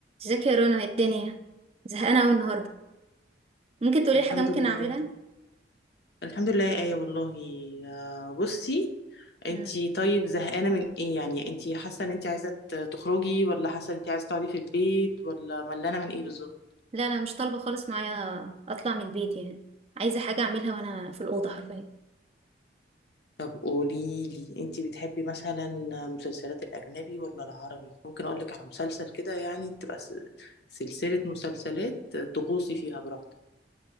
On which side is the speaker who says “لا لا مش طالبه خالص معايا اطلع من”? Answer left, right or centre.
Right